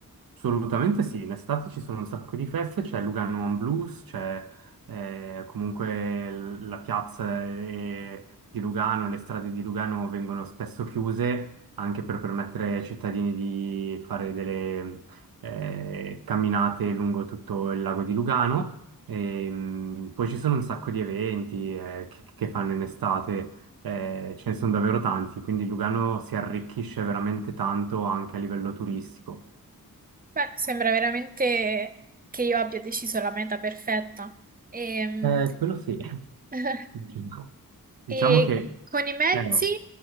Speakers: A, on the right; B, on the right.
A: Assolutamente sì, in estate ci sono un sacco di feste, c'è Lugano on Blues, c'è eh, comunque l- la piazza eh, di Lugano, le strade di Lugano vengono spesso chiuse anche per permettere ai cittadini di fare delle eh, camminate lungo tutto il lago di Lugano. E, mh, poi ci sono un sacco di eventi eh, che, che fanno in estate, eh, ce ne sono davvero tanti, quindi Lugano si arricchisce veramente tanto anche a livello turistico.
B: Beh, sembra veramente che io abbia deciso la meta perfetta. Ehm,
A: Eh, quello sì, <laughs>
B: <laughs>
A: diciamo diciamo
B: E,
A: che
B: con i mezzi,
A: eh, no.